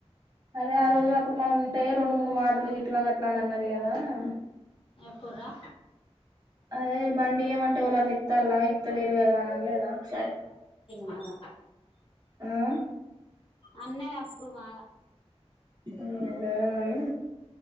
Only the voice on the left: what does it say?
ఎప్పురా
మాగా
అన్నది అప్పుడు బాగా